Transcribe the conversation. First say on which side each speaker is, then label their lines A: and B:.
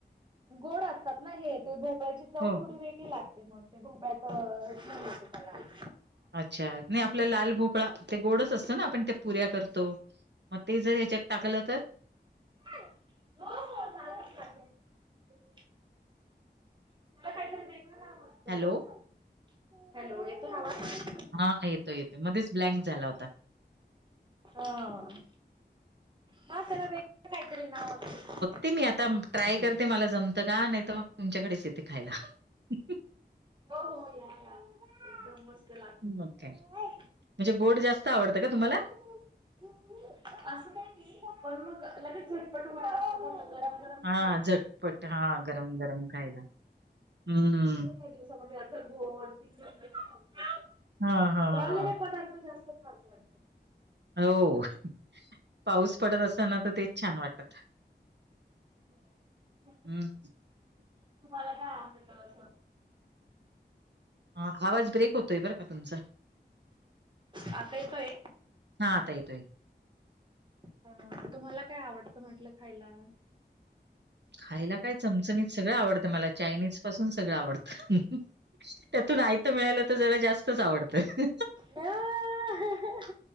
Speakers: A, on the right; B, on the right.
A: गोड असतात नां हे ते भोपाळची चव
B: हो.
A: थोडी वेगळी लागते. मग ते भोपळ्याच होते त्याला. -
B: अच्छां! नाही आपला लाल भोपळा ते गोडचं असतं नां आपण ते पुऱ्या करतो. - मगं ते जर ह्याच्यात टाकलं तर
A: <unintelligible> होवं होव चालते चालेल. - त्याला काहीतरी वेगळं काम असतो
B: हॅलो?
A: हॅलों येतो आवाज.
B: हा येतो येतो मध्येच ब्लँक झाला होता.
A: हाअ मसेला बे कायतरी नाव असते. -
B: ते मी आता ट्राय करते. मला जमतं का नाही तर मग तुमच्याकडेच येते खायला हां. -
A: हों हों या या बसं बसं चला लागते
B: मग काय. म्हणजे गोड जास्त आवडतं
A: <unintelligible>
B: का तुम्हाला?
A: <unintelligible> असं काही नाही पण मग लगेच झटपट होणारा पदार्थ गरम
B: हाआं
A: खायला
B: झटपट हा गरमं गरमं खायला - हम्म्.
A: काही दिवसामध्ये असचं भोवती <unintelligible> दिसय असते. - <inaudible>
B: हां, हां,
A: तळलेले
B: हां.
A: पदार्थ जास्त खात जा.
B: होंव <unintelligible> पाऊस पडत असताना तर तेच छानं! वाटतं. -
A: <inaudible>
B: हं.
A: तुम्हाला काय वाटत असं.
B: हा आवाज ब्रेक होतोयं बरं का तुमचा.
A: आता येतोय <unintelligible>
B: हां, आता येतोय.
A: हं तुम्हाला काय आवडतं म्हंटलं खायला?
B: खायला काय चमचमीतं सगळं आवडतं मला चायनीज पासून सगळं आवडतं. <unintelligible> त्यातून आयत मिळाला तर जरा जास्तचं आवडतं.
A: नाअहहहं.